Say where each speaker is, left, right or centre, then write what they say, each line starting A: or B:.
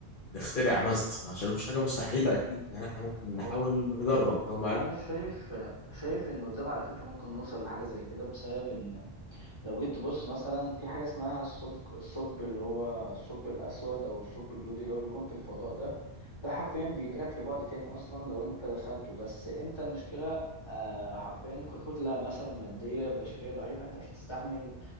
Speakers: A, on the left; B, on the left.
A: نخترع مثلا عشان مفيش حاجه مستحيله اكيد يعني احنا ممكن
B: فهو
A: نحاول نجرب لو ما عرفت
B: انا شايف شايف ان قدام على فكرة ممكن نوصل لحاجة زي كده بسبب ان لو جيت تبص مثلا في حاجة اسمها الثقب الثقب اللي هو الثقب الأسود أو الثقب الدودي اللي هو بيكون في الفضاء ده ده حرفيا بينقلك لبعد تاني أصلا لو أنت دخلته بس أنت المشكلة آه، حرفيا ككتلة مثلا مادية بشرية ضعيفة أنت مش هتستحمل